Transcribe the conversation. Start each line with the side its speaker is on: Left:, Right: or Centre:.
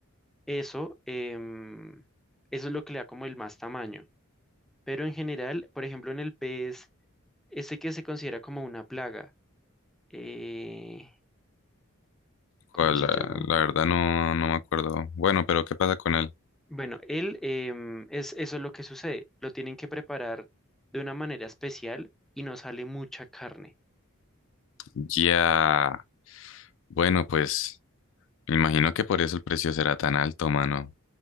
Centre: Eso, em, eso es lo que le da como el más tamaño. Pero en general, por ejemplo, en el pez, ese que se considera como una plaga, eh,
Left: ¿Cuál?
Centre: ¿cómo se
Left: La,
Centre: llama?
Left: la verdad no, no me acuerdo. Bueno, pero ¿qué pasa con él?
Centre: Bueno, él em, es eso es lo que sucede. Lo tienen que preparar de una manera especial y no sale mucha carne.
Left: Ya. Bueno, pues me imagino que por eso el precio será tan alto, mano.